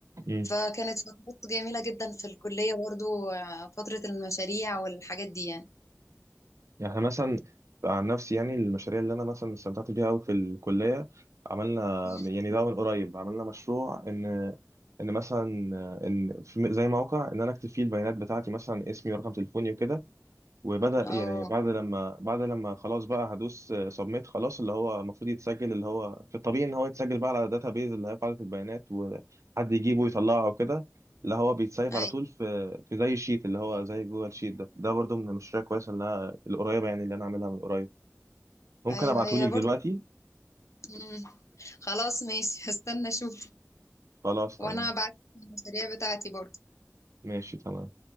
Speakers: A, on the right (about 75°); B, on the left (about 75°).
A: امم
B: فكانت فترات جميلة جدا في الكلية برضو آه، فترة المشاريع والحاجات دي يعني
A: يعني احنا مثلا عن نفسي يعني المشاريع اللي انا مثلا استمتعت بيها قوي في الكليه عملنا
B: مم.
A: يعني ده من قريب عملنا مشروع ان ان مثلا ان في زي موقع ان انا اكتب فيه البيانات بتاعتي مثلا اسمي ورقم تليفوني وكده وبدأ
B: اه
A: يعني بعد لما بعد لما خلاص بقى هدوس سبميت خلاص اللي هو المفروض يتسجل اللي هو في الطبيعي ان هو يتسجل بقى على داتا بيز اللي هي قاعدة البيانات وحد يجيبه ويطلعه او كده اللي هو بيتسايب
B: اي
A: على طول في في زي شيت اللي هو زي جوجل شيت ده ده برضو من المشاريع كويسة اللي أنا- القريبة يعني اللي انا عاملها من قريب ممكن
B: ايوه
A: ابعتهولك
B: هي برضو
A: دلوقتي
B: مم. خلاص ماشي <laughs> هستنى اشوف
A: خلاص
B: وانا
A: تمام
B: بعت المشاريع بتاعتي برضو
A: ماشي تمام